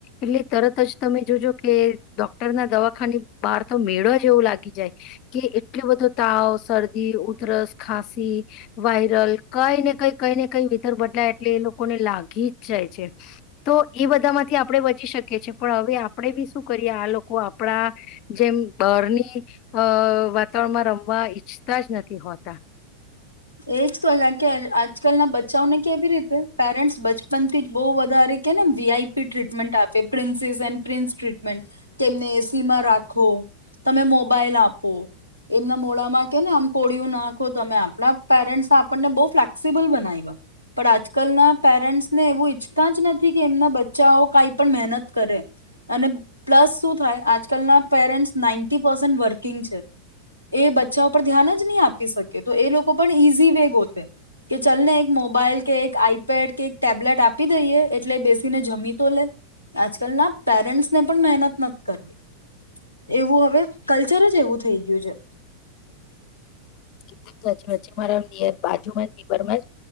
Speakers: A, on the left; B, on the right.
A: એટલે તરત જ તમે જોજો કે ડોક્ટરના દવાખાની બહાર તો મેળા જેવું લાગી જાય કે એટલો બધો તાવ, શરદી, ઉધરસ ખાંસી વાયરલ કઈ ને કઈ કઈ ને કઈ વેધર બદલાય એટલે એ લોકોને લાગી જ જાય છે. તો એ બધામાંથી આપણેે બચી શકીએ છીએ. પણ હવે આપણે બી શું કરીએ આ લોકો આપણા જેમ બરની અ વાતાવરણમાં રમવા ઈચ્છતા જ નથી હોતા.
B: એજ તો એમ કે આજકલના બચ્ચાઓને કેવી રીતે પેરેન્ટ્સ બચપન થી જ બહુ વધારે કેને વી આઈ પી ટ્રીટમેન્ટ આપે પ્રિન્સીસ એન પ્રિન્સ ટ્રીટમેન્ટ કે તેમને એ સી માં રાખો, તમે મોબાઈલ આપો, એમના મોડામાં કેને આમ કોળિયું નાખો, તમે આપણા પેરેન્ટ્ આપણને બહુ ફ્લેક્સિબલ બનાવ્યા. પણ આજકાલના પેરેન્ટ્સ ને એવું ઈચ્છતા જ નથી કે એમના બચ્ચાઓ કાંઈ પણ મહેનત કરે અને પ્લસ શું થાય આજકાલના પેરેન્ટ્સ નાઈન્ટી પર્સન વર્કિંગ છે. એ બચ્ચા ઉપર ધ્યાન જ નહી આપી શકે. તો એ લોક કો પણ ઈઝી વે ગોતે કે ચલ ને એક મોબાઈલ કે, એક આઈપેડ કે, એક ટેબ્લેટ આપી દઈએ એટલે બેસીને જમી તો લે. આજકાલ ના પેરેન્ટ્સને પણ મહેનત નત કરવી એવું હવે કલ્ચર જ એવું થઈ ગયું છે.
A: એકદમ સાચી વાત છે. મારા નીયર બાજુમાં જ નીબરમાં જ